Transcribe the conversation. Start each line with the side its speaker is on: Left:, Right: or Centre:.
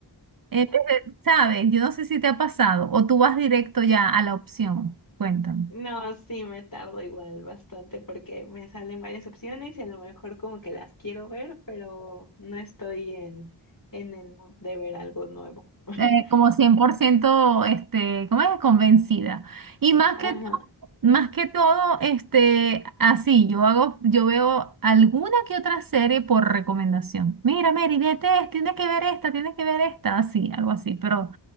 Right: en vez de- ¿sabes? Yo no sé si te ha pasado o tú vas directo ya a la opción. Cuéntame.
Left: No, sí, me tardo igual bastante porque me salen varias opciones y a lo mejor como que las quiero ver, pero no estoy en, en el mood de ver algo nuevo. <laughs>
Right: eh, como cien por ciento este, ¿cómo es? convencida. Y más
Left: Ajá,
Right: que todo, más que todo, este, así, yo hago, yo veo alguna que otra serie por recomendación. Mira, Mary, vete esta, tienes que ver esta, tienes que ver esta, así, algo así. Pero